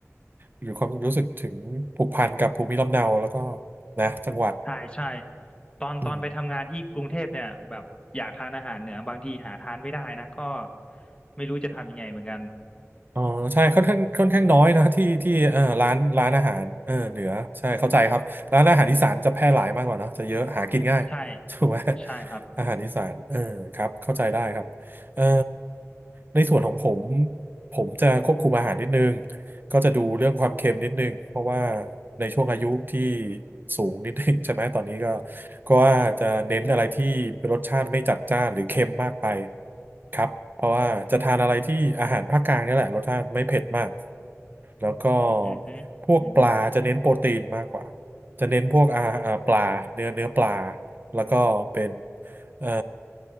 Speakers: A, on the right; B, on the left.
A: หรือความรู้สึกถึงผูกพันกับภูมิลำเนาแล้วก็นะจังหวัด
B: ใช่ใช่ตอนตอนไปทำงานที่กรุงเทพเนี่ยแบบอยากทานอาหารเหนือบางทีหาทานไม่ได้นะก็
A: อืม
B: ไม่รู้จะทำยังไงเหมือนกัน
A: อ๋อใช่ค่อนข้างค่อนข้างน้อยนะที่ที่เออร้านร้านอาหารเออเหนือใช่เข้าใจครับร้านอาหารอีสานจะแพร่หลายมากกว่าเนอะจะเยอะหากินง่าย
B: <laughs> ใช่
A: <laughs> ถูกไหม
B: ใช่ครับ
A: อาหารอีสานเออครับเข้าใจได้ครับเออในส่วนของผมผมจะควบคุมอาหารนิดนึง ก็จะดูเรื่องความเค็มนิดนึงเพราะว่าในช่วงอายุที่สูงนิดนึง <laughs> ใช่ไหมตอนนี้ก็ก็ว่าจะเน้นอะไรที่เป็นรสชาติไม่จัดจ้านหรือเค็มมากไปครับเพราะว่าจะทานอะไรที่อาหารภาคกลางเนี่ยแหละรสชาติไม่เผ็ดมาก แล้วก็
B: อือฮึอือฮึ
A: พวกปลาจะเน้นโปรตีนมากกว่าจะเน้นพวกอาอ่าปลาเนื้อเนื้อปลาแล้วก็เป็นเอ่อ